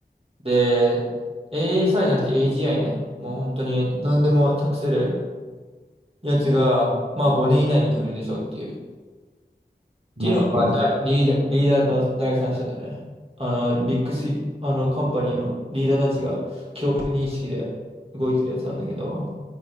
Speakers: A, on the right; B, on the right.
A: で、ASI じゃなくて AGI ね。もう本当に何でも託せるやつが、まあ5年以内に来るでしょうっていう。っ
B: マジか。
A: ていうのが、まあ、だリーダー、リーダーの第三者だよね。あの、ビッグシ、あの、カンパニーのリーダーたちが共通認識で動いてるやつなんだけど。